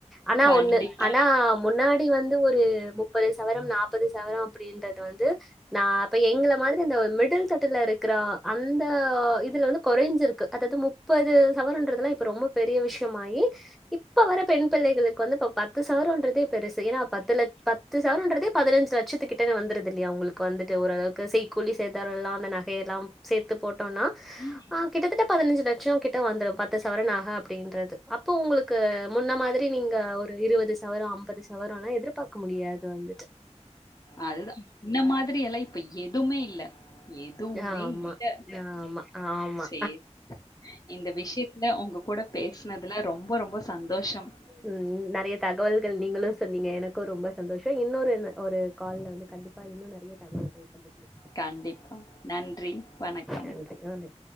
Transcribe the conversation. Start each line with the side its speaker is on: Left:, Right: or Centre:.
Centre: ஆனா
Left: கண்டிப்பா.
Centre: ஒண்ணு ஆனா முன்னாடி டி வந்து ஒரு முப்பது சவரம் நாற்பது சவரம் அப்டின்றது வந்து நா இப்ப எங்கள மாரி இந்த மிடில் தட்டுல இருக்கிற அந்த இதுல வந்து குறைஞ்சிருக்கு அதாது முப்பது சவரன்றதுல்லா இப்ப ரொம்ப பெரிய விஷயமாயி இப்ப வர பெண் பிள்ளைகளுக்கு வந்து இப்ப பத் த்து சவரோன்றதே பெருசு ஏனா பத்துல பத் பத்து சவரன்றதே பதினஞ்சு லட்சத்துக்கிட்ட வந்துருது இல்லயா உங்களுக்கு வந்துட்டு ஓரளவுக்கு செய் கூலி சேதாரோல்லா அந்த நகையெல்லா சேத்து போட்டு டோனா
Left: ம்.
Centre: அ கிட்டத்தட்ட பதினஞ்சு லட்சோ கிட் ட வந்துடு பத்து சவரன் நக அப்டின்றது அப்போ உங்களுக்கு முன்ன மாதிரி நீங்க ஒரு இருபது த்து சவரம் அம்பது சவரோம் எல்லா எதிர்பாக்க முடியாது வந்து
Left: அதுதா அந்த மாதிரி எல்லா இப்ப எதுமே இல்ல எதுவுமே
Centre: ஆமா
Left: இல்ல
Centre: ஆமா ஆமா
Left: சரி இந்த விஷயத்துல உங்க கூட பேசுனதுல ரொம்ப ரொம்ப சந்தோஷம்
Centre: ம் நெறைய தகவல்கள் நீங்களும் சொன்னீங்க எனக்கும் ரொம்ப சந்தோஷம் இன்னொரு நா ஒரு கால்ல வந்து கண்டிப்பா இன்னும் நெறைய தகவல்கள் பகிர்ந்துப்போ
Left: கண்டிப்பா நன்றி வணக்கம்
Centre: நன்றி வணக்கம்